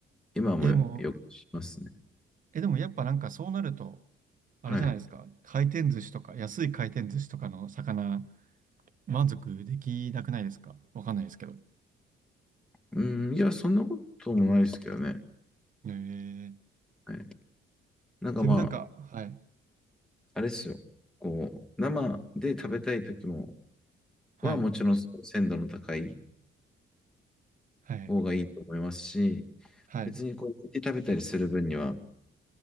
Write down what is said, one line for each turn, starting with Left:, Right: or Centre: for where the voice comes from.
Centre: 今もよくしますね。
Right: え、でも、え、でもやっぱなんかそうなると、あれじゃないですか。
Centre: はい。
Right: 回転寿司とか、安い回転寿司とかの魚、満足できなくないですかわかんないですけど。
Centre: うん、いや、そんなこともないですけどね。
Right: へえー。
Centre: はい。なんかまあ、
Right: 自分なんか、はい。
Centre: あれですよ。こう、生で食べたい時も、
Right: はい。
Centre: はもちろん鮮度の高い
Right: はい。
Centre: 方がいいと思いますし、
Right: はい。
Centre: 別にこう、煮て食べたりする分には、